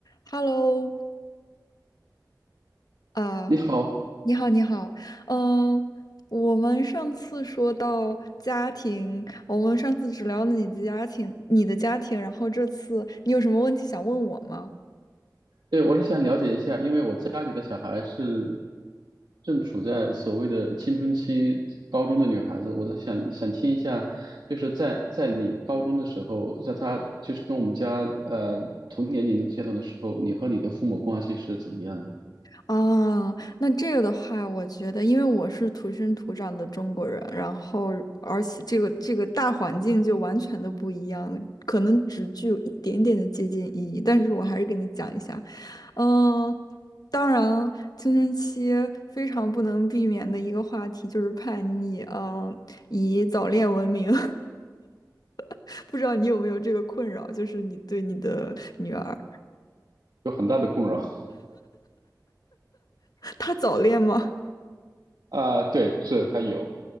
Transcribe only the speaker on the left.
Hello，啊，
你好，你好，嗯、我们上次说到家庭，我们上次只聊了你的家庭，你的家庭，然后这次你有什么问题想问我吗？
啊，那这个的话，我觉得，因为我是土生土长的中国人，然后而且这个这个大环境就完全的不一样，可能只具有一点点的借鉴意义，但是我还是跟你讲一下，嗯、当然，青春期非常不能避免的一个话题就是叛逆，嗯、以早恋闻名，<laughs> 不知道你有没有这个困扰，就是你对你的女儿，
她早恋吗？